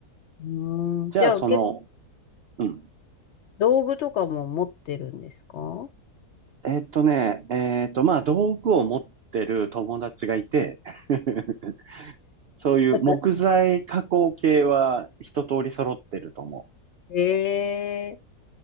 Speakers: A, on the left; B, on the right.
A: うーん。
B: じゃあその、
A: じゃあ結構
B: うん。
A: 道具とかも持ってるんですか
B: えっとね、えっと、まあ、道具を持ってる友達がいて、<laughs> そういう木材加工系は一通り揃ってると思
A: <laughs> ええ